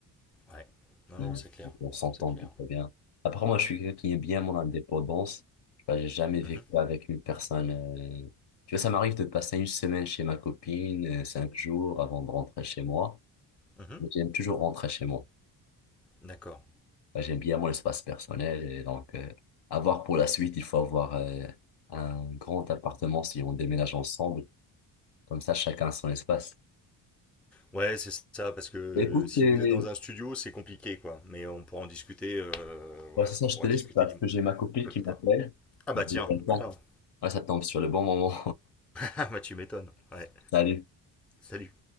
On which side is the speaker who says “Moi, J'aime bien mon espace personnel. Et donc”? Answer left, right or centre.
Left